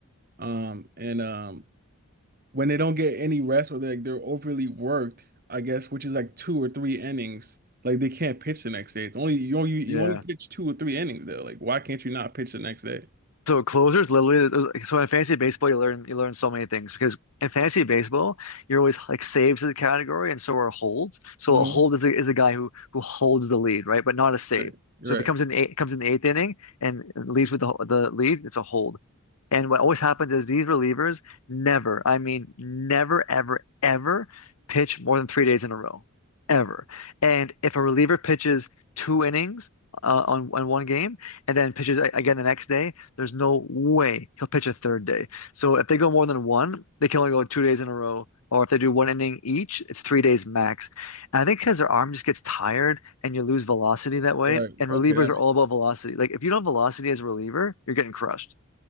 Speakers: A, on the right (about 45°); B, on the left (about 85°).
A: um and um when they don't get any rest or they're, like, they're overly worked I guess which is like two or three innings like they can't pitch the next day it's only you only you
B: Yeah.
A: only pitch two or three innings there like why can't you not pitch the next day?
B: So closers literally so in fantasy baseball you learn you learn so many things because in fantasy baseball you're always like saves is a category and so are holds. So
A: hmm
B: a hold is a, is a guy who who holds the lead, right? But not a save.
A: Right, right.
B: So if it comes in the eight, comes in the eighth inning and leaves with the the lead, it's a hold. And what always happens is these relievers never, I mean, never, ever, ever pitch more than three days in a row, ever. And if a reliever pitches two innings uh, on, on one game and then pitches a- again the next day, there's no way he'll pitch a third day. So if they go more than one, they can only go two days in a row. Or if they do one inning each, it's three days max. And I think because their arm just gets tired and you lose velocity that way.
A: Right.
B: And
A: Okay,
B: relievers
A: that makes
B: are all about velocity. Like if you don't have velocity as a reliever, you're getting crushed